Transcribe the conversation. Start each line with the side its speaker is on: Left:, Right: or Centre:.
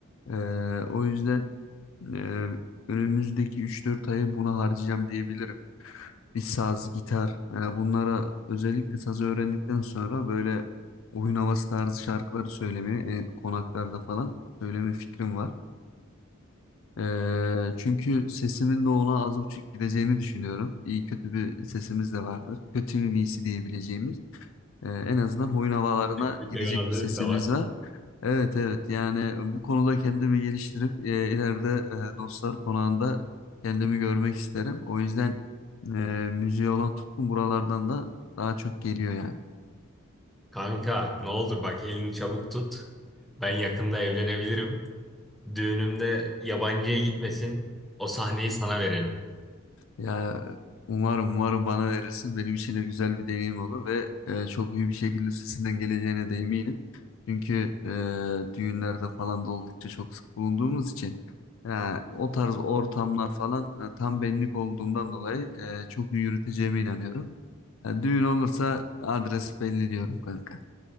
Left: Ee, o yüzden ee, önümüzdeki üç dört ayı buna harcayacağım diyebilirim. Bir saz, gitar, e, bunlara özellikle sazı öğrendikten sonra böyle oyun havası tarzı şarkıları söylemeye, e, konaklarda falan söyleme fikrim var. Ee, çünkü sesimin de ona az buçuk gideceğini düşünüyorum. İyi kötü bir sesimiz de vardır. Kötünün iyisi diyebileceğimiz. Ee, en azından oyun havalarına
Centre: Bir
Left: gidecek
Centre: tevazılık
Left: bir sesimiz
Centre: da var.
Left: var. Evet evet yani bu konuda kendimi geliştirip e, ileride e, dostlar konağında kendimi görmek isterim. O yüzden e, müziğe olan tutkum buralardan da daha çok geliyor yani.
Centre: Kanka ne olur bak elini çabuk tut. Ben yakında evlenebilirim. Düğünümde yabancıya gitmesin. O sahneyi sana verelim.
Left: Ya umarım umarım bana verirsin. Benim için de güzel bir deneyim olur ve e, çok iyi bir şekilde üstesinden geleceğine de eminim. Çünkü e, düğünlerde falan da oldukça çok sık bulunduğumuz için ya, o tarz ortamlar falan e, tam benlik olduğundan dolayı e, çok iyi yürüteceğime inanıyorum. Ya, düğün olursa adres belli diyorum kanka.